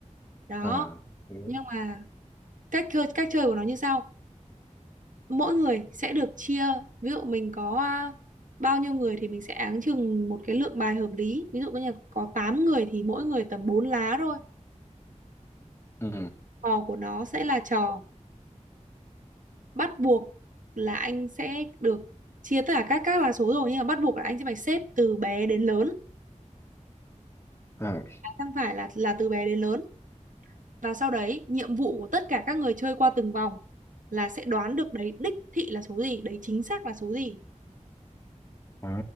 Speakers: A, on the right; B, on the left.
A: đó
B: à hiểu
A: nhưng mà cách chơi cách chơi của nó như sau mỗi người sẽ được chia ví dụ mình có à, bao nhiêu người thì mình sẽ áng chừng một cái lượng bài hợp lý ví dụ như là có 8 người thì mỗi người tầm 4 lá thôi
B: ừ
A: trò của nó sẽ là trò bắt buộc là anh sẽ được chia tất cả các các là số rồi nhưng mà bắt buộc là anh sẽ phải xếp từ bé đến lớn
B: à,
A: không phải là là từ bé đến lớn và sau đấy nhiệm vụ của tất cả các người chơi qua từng vòng là sẽ đoán được đấy đích thị là số gì đấy chính xác là số gì
B: à